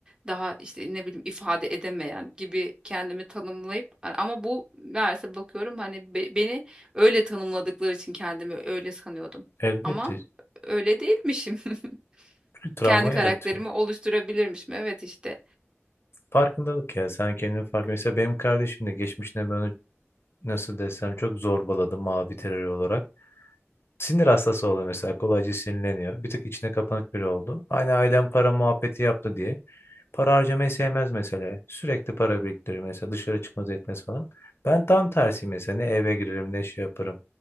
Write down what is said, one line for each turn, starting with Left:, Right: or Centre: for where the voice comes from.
Right: daha işte ne bileyim ifade edemeyen gibi kendimi tanımlayıp ama bu meğerse bakıyorum hani be- beni Öyle tanımladıkları için kendimi öyle sanıyordum.
Left: Elbette
Right: Ama öyle değilmişim. <laughs>
Left: çünkü travma
Right: Kendi karakterimi
Left: yaratıyor.
Right: oluşturabilirmişim. Evet işte.
Left: Farkındalık ya sen kendini fark. Mesela benim kardeşim de geçmişine ben nasıl desem çok zorbaladım mavi terör olarak. Sinir hastası oldu mesela kolayca sinirleniyor. Bir tık içine kapanık biri oldu. Aynı ailem para muhabbeti yaptı diye. Para harcamayı sevmez mesela. Sürekli para biriktirir mesela dışarı çıkmaz etmez falan. Ben tam tersi mesela ne eve girerim ne şey yaparım.